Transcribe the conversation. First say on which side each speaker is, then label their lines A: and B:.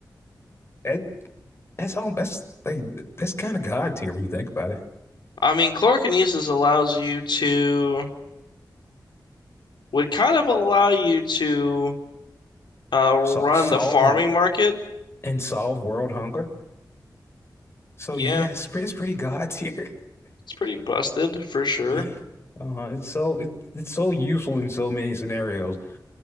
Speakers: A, on the left; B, on the left.
A: That that's all. That's like that's kind of God tier when you think about it.
B: I mean, chlorokinesis allows you to, would kind of allow you to uh, run
A: So, solve
B: the farming market.
A: and solve world hunger. So
B: Yeah,
A: yeah, it's pretty, it's pretty God tier. <laughs>
B: it's pretty busted for sure.
A: Yeah, uh-huh. It's so it, it's so useful in so many scenarios.